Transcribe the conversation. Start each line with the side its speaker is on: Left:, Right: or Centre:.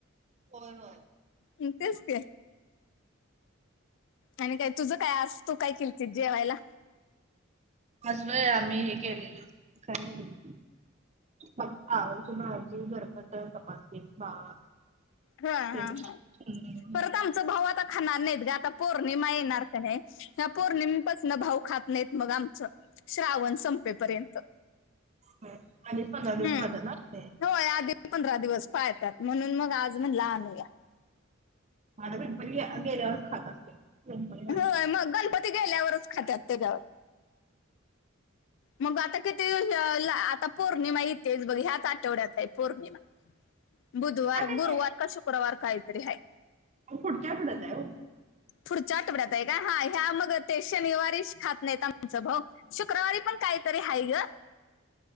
Right: होय होय.
Left: हम्म तेच ते. आणि काय तुझं काय? आज तु काय केलतीस जेवायला?
Right: आज वय आम्ही हे केलेलं काय म्हणं? फ्लावरची भाजी घरपट चपाती, भात.
Left: हा
Right: केली.
Left: हा हा
Right: हम्म.
Left: परत आमचा भाऊ आता खाणार नाहीत गं आता पौर्णिमा येणार का नाही ह्या पौर्णिमेपासन भाऊ खात नाहीत मग आम चा श्रावण संपेपर्यंत.
Right: हां आणि एक पंधरा
Left: हम्म
Right: दिवस पाळतेत ना ते.
Left: होय आधी पंधरा दिवस पाळत्यात म्हणून मग आज म्हणला आणू या.
Right: माझ्या <unintelligible> गेल्यावर खात माझ्या असतील. <unintelligible>
Left: होय मग गणपती गेल्यावरच खात्यात त्याच्यावर. मग आता किती हे ला आता पौर्णिमा येतेच बघ ह्याच आठवड्यात हाय. पौर्णिमा बुधवार,
Right: काय ते
Left: गुरुवार
Right: काय
Left: का शुक्रवार कायतरी हाय.
Right: पुढच्या आठवड्यात हाय ओ.
Left: पुढच्या आठवड्यात आहे काय हा ह्या मग ते शनिवारीच खात नाहीत आमचं भाऊ. शुक्रवारी पण कायतरी आहे गं.